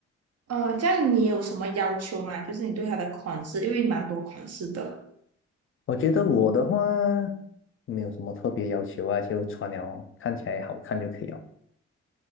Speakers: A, on the right; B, on the left.
A: 呃，这样你有什么要求吗？就是你对它的款式，因为蛮多款式的。
B: 我觉得我的话没有什么特别要求啊，就穿了看起来好看就可以了。